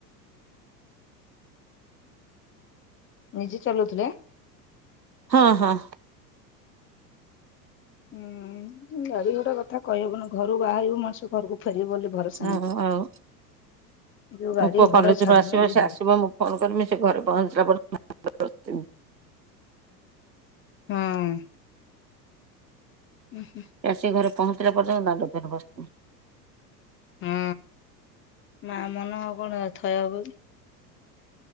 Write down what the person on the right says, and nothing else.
ହଁ ହଁ।
ଓ
ଆଉ
ମୋ ପୁଅ
କଲେଜରୁ
ଆସିବ ସେ
ଆସିବ ମୁଁ ଫୋନ୍ କରିମି, ସେ ଘରେ ପହଞ୍ଚିଲା ପରେ। <unintelligible>
ସେ ଆସିକି ଘରେ ପହଞ୍ଚିଲା ପର୍ଯ୍ୟନ୍ତ ଦାଣ୍ଡ ଦୁଆରେ ବସିଥିମି।